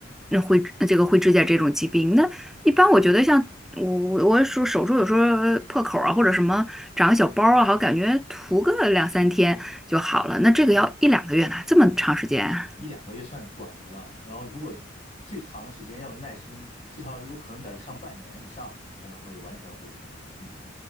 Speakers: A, in the centre; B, on the left.
A: 那灰这个灰指甲这种疾病。那一般我觉得像我我我手手术有时候破口啊，或者什么长个小包啊，好感觉涂个两三天就好了。那这个要一两个月呢，这么长时间啊？
B: 一两个月算短的了，然后如果最长的时间要有耐心，至少有可能得上半年以上才能会完全恢复。嗯，